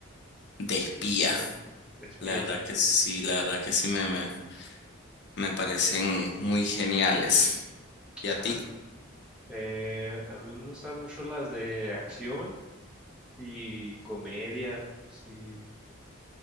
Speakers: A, on the left (about 55°); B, in the centre.
A: de espía.
B: De espía.
A: La verdad que sí, la verdad que sí me, me, me parecen muy geniales. ¿Y a
B: Ah,
A: ti?
B: eh, a mí me gustan mucho las de acción y comedia. Sí,